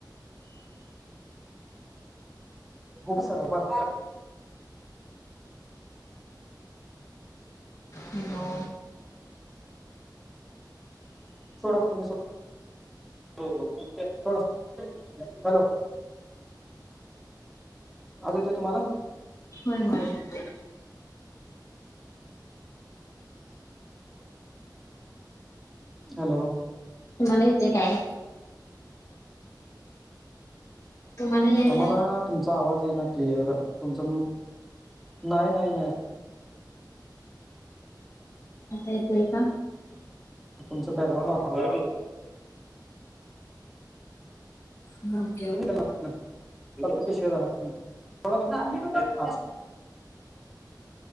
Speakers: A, in the centre; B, on the left (about 45°).
A: हो सर बर
B: हॅलो!
A: सोडा तुम्ही सोडा सोडा हॅलो! आवाज येतोय तुम्हाला?
B: होय होय.
A: हॅलो!
B: तुम्हाला येतय काय? तुम्हाला यायला
A: आम्हाला तुमचा आवाज ये ना क्लिअर तुमच नाही नाही नाही.
B: आता यतोय का?
A: तुमचं बॅकग्राउंड आम्हाला?
B: ह
A: तुम्ही त्याला भेटणार फक्त पिशवेधरा थोडा.